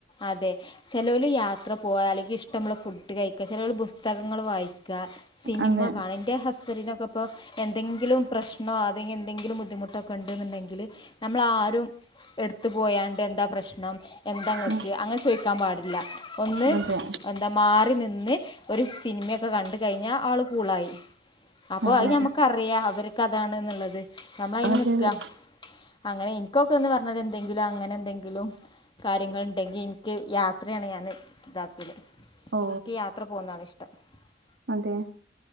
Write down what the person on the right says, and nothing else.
അതെ
ഉം
അതെ
അതെ
അതെ
അതെ
ഓ
അതെ